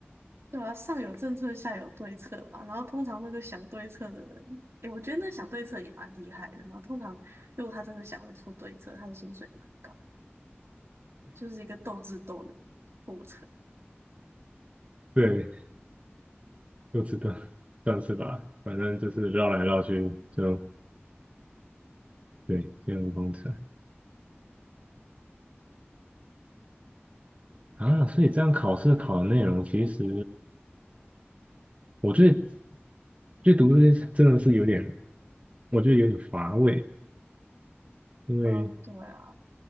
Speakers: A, on the right; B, on the right.
A: 对啊，上有政策，下有对策嘛。然后通常那个想对策的人，诶，我觉得那想对策也蛮厉害的。然后通常如果他真的想得出对策，他的薪水蛮高，就是一个斗智斗勇的过程。
B: 对，就知道，算是吧，反正就是绕来绕去，就对，金融工程啊。所以这样考试考的内容其实我最最就读这些真的是有点，我觉得有点乏味，因为
A: 嗯，对啊，